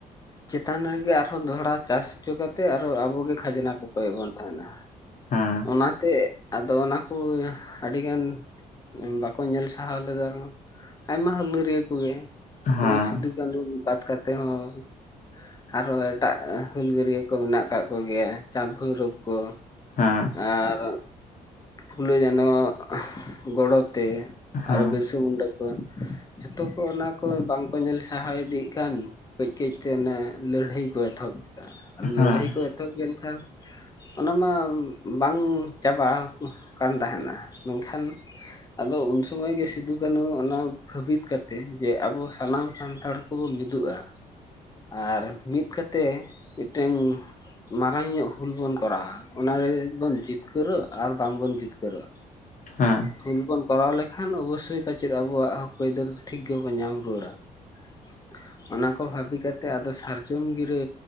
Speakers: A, on the left (about 25°); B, on the left (about 50°).
A: ᱪᱮᱛᱟᱱ ᱨᱮᱜᱮ ᱟᱨᱦᱚᱸ ᱫᱚᱦᱚᱲᱟ ᱪᱟᱥ ᱪᱚ ᱠᱟᱛᱮ ᱟᱨᱚ ᱟᱵᱚᱜᱮ ᱠᱷᱟᱡᱽᱱᱟ ᱠᱚ ᱠᱚᱭ ᱵᱚᱱ ᱛᱟᱦᱮᱱᱟ
B: ᱦᱮᱸ
A: ᱚᱱᱟᱛᱮ ᱟᱫᱚ ᱚᱱᱟ ᱠᱚ ᱟᱹᱰᱤᱜᱟᱱ ᱵᱟ ᱠᱚ ᱧᱮᱞ ᱥᱟᱦᱟᱣ ᱞᱮᱫᱟ᱾ ᱟᱭᱢᱟ ᱦᱩᱞ ᱜᱟᱹᱨᱤᱭᱟ ᱠᱚᱜᱮ
B: ᱦᱮᱸ
A: ᱡᱮᱢᱚᱱ ᱥᱤᱫᱩ ᱠᱟᱹᱱᱩ ᱵᱟᱭ ᱠᱟᱛᱮ ᱦᱚᱸ ᱟᱨᱦᱚᱸ ᱮᱴᱟᱜ ᱦᱩᱞᱜᱟᱹᱨᱭᱟᱹ ᱠᱚ ᱢᱮᱱᱟᱜ ᱠᱟᱜ ᱠᱚᱜᱮᱭᱟ᱾ ᱪᱟᱸᱫᱽ ᱵᱷᱳᱭᱨᱳᱵ ᱠᱚ
B: ᱦᱮᱸ
A: ᱟᱨ ᱯᱷᱩᱞᱚ ᱡᱟᱱᱚ ᱜᱚᱲᱚ ᱛᱮ
B: ᱦᱮᱸ
A: ᱟᱨᱚ ᱵᱤᱨᱥᱟ
B: ᱦᱮᱸ
A: ᱢᱩᱱᱰᱟ ᱠᱚ ᱡᱷᱚᱛᱚ ᱠᱚ ᱚᱱᱟ ᱠᱚ ᱵᱟᱝᱠᱚ ᱧᱮᱞ ᱥᱟᱦᱟᱣ ᱤᱫᱤᱭᱮᱜ ᱠᱟᱱ ᱠᱟᱹᱡ ᱠᱟ. ᱡ ᱛᱮ ᱚᱱᱮ ᱞᱟᱹᱲᱦᱟᱹᱭ ᱠᱚ ᱮᱛᱚᱦᱚᱵ
B: ᱦᱮᱸ ᱦᱮᱸ
A: ᱞᱟᱹᱲᱦᱟᱹᱭ ᱠᱚ ᱮᱛᱚᱦᱚᱵ ᱠᱮᱱ ᱠᱷᱟᱱ ᱚᱱᱟᱢᱟ ᱵᱟᱝ ᱪᱟᱵᱟ ᱠᱟᱱ ᱛᱟᱦᱮᱱᱟ ᱢᱮᱱᱠᱷᱟᱱ ᱟᱫᱚ ᱩᱱ ᱥᱚᱢᱚᱭ ᱜᱮ ᱥᱤᱫᱩ ᱠᱟᱹᱱᱩ ᱚᱱᱟ ᱵᱷᱟᱹᱵᱤᱛ ᱠᱟᱛᱮ ᱡᱮ ᱟᱵᱚ ᱥᱟᱱᱟᱢ ᱥᱟᱱᱛᱟᱲ ᱠᱚᱵᱚ ᱢᱤᱫᱚᱜᱼᱟ᱾ ᱟᱨ ᱢᱤᱫ ᱠᱟᱛᱮ ᱢᱤᱫᱴᱮᱱ ᱢᱟᱨᱟᱝ ᱧᱚᱜ ᱦᱩᱞ ᱵᱚᱱ ᱠᱚᱨᱟᱣᱟ ᱚᱱᱟ ᱨᱮᱵᱚᱱ ᱡᱤᱛᱠᱟᱹᱨᱚᱜ ᱟᱨ ᱵᱟᱝ ᱵᱚᱱ ᱡᱤᱛᱠᱟᱹᱨᱚᱜ᱾
B: ᱦᱩᱸ
A: ᱦᱩᱞ ᱵᱚᱱ ᱠᱚᱨᱟᱣ ᱞᱮᱠᱷᱟᱱ ᱚᱵᱚᱥᱳᱭ ᱯᱟᱪᱮᱫ ᱟᱵᱚᱣᱟᱜ ᱦᱚᱠ ᱟᱹᱭᱫᱟᱹᱨ ᱴᱷᱤᱠ ᱜᱮᱵᱚᱱ ᱧᱟᱢ ᱨᱩᱣᱟᱹᱲᱟ ᱾ ᱚᱱᱟ ᱠᱚ ᱵᱷᱟᱵᱤ ᱠᱟᱛᱮ ᱟᱫᱚ ᱥᱟᱨᱡᱚᱢ ᱜᱤᱨᱟᱹ